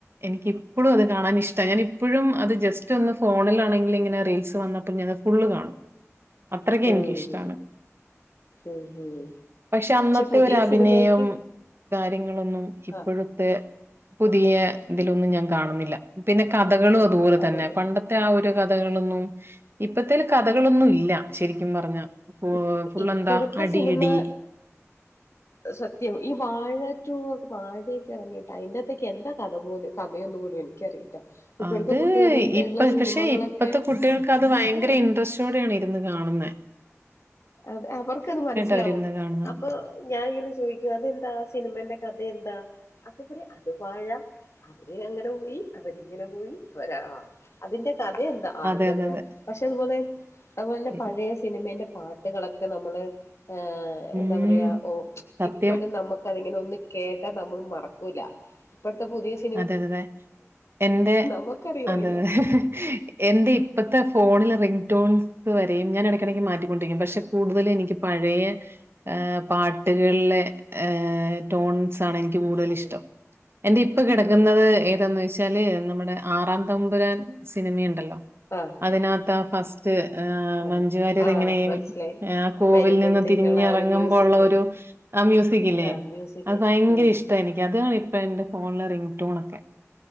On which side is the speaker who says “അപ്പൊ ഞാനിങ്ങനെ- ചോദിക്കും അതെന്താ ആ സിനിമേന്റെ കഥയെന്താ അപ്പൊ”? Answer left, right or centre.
Left